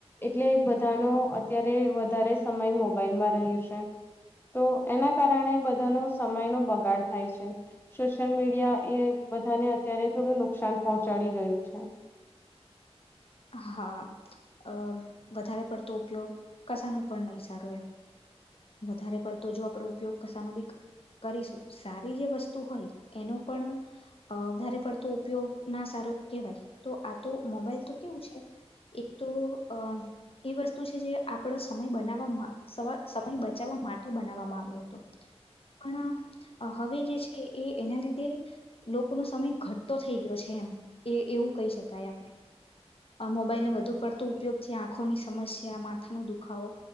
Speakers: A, on the left; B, on the left.
A: એટલે બધાનો અત્યારે વધારે સમય મોબાઈલમાં રહ્યું છે. તો એના કારણે બધાનો સમયનો બગાડ થાય છે. સોશિયલ મીડિયા એ બધાને અત્યારે થોડું નુકસાન પહોંચાડી રહ્યું છે.
B: હા, અ વધારે પડતો ઉપયોગ કસાનો પણ નહી સારો હોય. વધારે પડતો જો આપડો ઉપયોગ કસાનો બી કરીશું સારી જે વસ્તુ હોય એનું પણ અ વધારે પડતો ઉપયોગ ના સારો કેહેવાય, તો આ તો મોબાઈલ તો કેવું છે એક તો અ એ વસ્તુ છે જે આપડો સમય બનાવવામાં સમય બચાવવા માટે બનાવવામાં આવ્યો હતો. પણ હવે જે છે એ એના લીધે લોકોનો સમય ઘટતો થઈ ગયો છે, એમ એ એવું કહી શકાય આપણે. મોબાઈલ નને વધુ પડતો ઉપયોગથી આંખોની સમસ્યા માથાનો દુખાવો